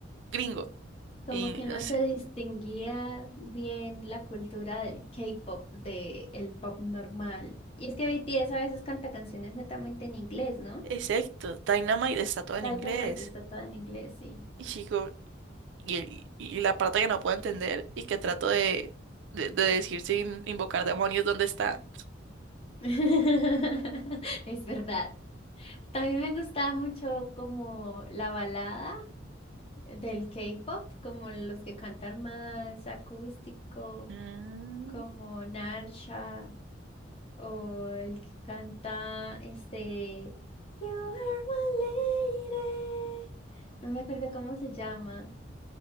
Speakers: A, on the right; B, on the left.
A: gringo.
B: Como
A: Y
B: que no
A: no sé.
B: se distinguía bien la cultura del K-pop, del pop normal. Y es que BTS a veces canta canciones netamente en inglés, ¿no?
A: Exacto, Dynamite está todo en
B: Dynamite
A: inglés.
B: está toda en inglés, sí.
A: Y chico, y, y la parte que no puedo entender y que trato de, de, de decir sin invocar demonios, ¿dónde está?
B: <laughs> Es verdad. También me gustaba mucho como la balada del K-pop, como los que cantan más acústico,
A: Mm.
B: como Narsha. O el que canta este You are my lady. No me acuerdo cómo se llama.